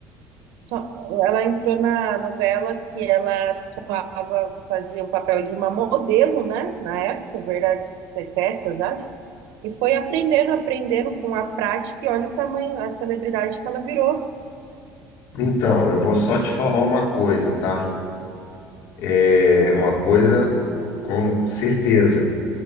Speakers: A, on the right; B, on the left.
A: só- ela entrou na novela que ela tava, fazia o papel de uma modelo, né? Na época, Verdades Secretas, acho. E foi aprendendo, aprendendo com a prática e olha o tamanho, a celebridade que ela virou.
B: Então, eu vou só te falar uma coisa, tá? É uma coisa com certeza.